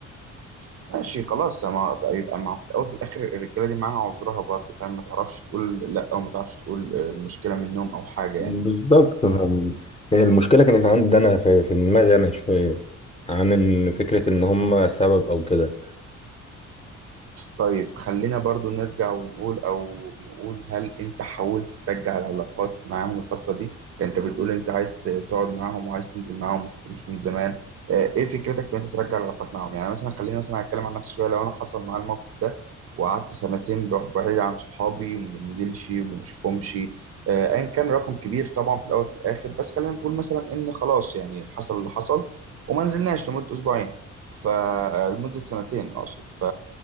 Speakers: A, on the right; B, on the left.
A: ماشي خلاص ما يبقى مع في الاول وفي الاخر الرجاله دي معاها عذرها برضه فاهم ما تعرفش تقول لا او ما تعرفش تقول آه، المشكله منهم او حاجه
B: بالظبط
A: يعني
B: فاهم. هي المشكلة كانت عندي أنا في, في دماغي أنا شوية عن إن فكرة إن هما سبب أو كده
A: طيب خلينا برضو نرجع ونقول او نقول هل انت حاولت ترجع العلاقات معاهم الفترة دي يعني انت بتقول انت عايز ت- تقعد معاهم وعايز تنزل معاهم مش مش من زمان آه، ايه فكرتك في ان انت ترجع العلاقات معاهم يعني مثلا خليني مثلا اتكلم عن نفسي شوية لو انا حصل معايا الموقف ده وقعدت سنتين ب- بعيد عن صحابي وما بنزلش وما بشوفهمش آه، ايا كان رقم كبير طبعا في الاول وفي الاخر بس خلينا نقول مثلا ان خلاص يعني حصل اللي حصل وما نزلناش لمدة اسبوعين فلمدة سنتين اقصد ف